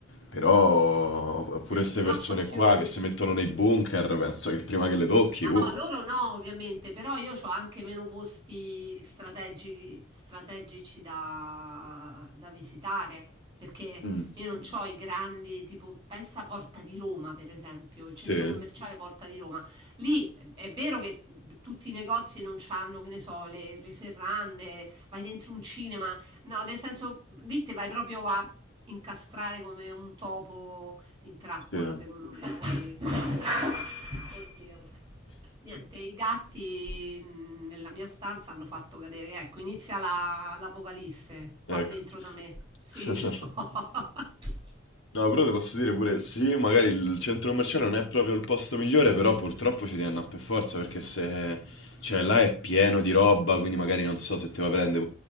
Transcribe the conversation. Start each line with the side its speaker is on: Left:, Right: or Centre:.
Left: Però pure
Right: Eh,
Left: queste
Right: però
Left: persone
Right: c'ho più...
Left: qua che si mettono nei bunker, penso che prima che le tocchi,
Right: No,
Left: uh.
Right: loro no, ovviamente, però io c'ho anche meno posti strategi- strategici da, da visitare, perché
Left: Mh,
Right: io non c'ho i grandi, tipo, pensa a Porta di Roma, per esempio, il
Left: sì,
Right: centro commerciale Porta di Roma. Lì è vero che tutti i negozi non c'hanno, che ne so, le, le serrande, vai dentro un cinema, no, nel senso, lì te vai proprio a incastrare come un topo in trappola,
Left: sì.
Right: secondo me, poi... Oddio. Niente, i gatti mh, nella mia stanza hanno fatto cadere, ecco, inizia la, l'apocalisse qua
Left: Ecco.
Right: dentro da me. Sì,
Left: <laughs>
Right: no. <laughs>
Left: No, però ti posso dire pure sì, magari il centro commerciale non è proprio il posto migliore, però purtroppo ci devi annà per forza perché se cioè là è pieno di roba, quindi magari non so se ti vuoi prendere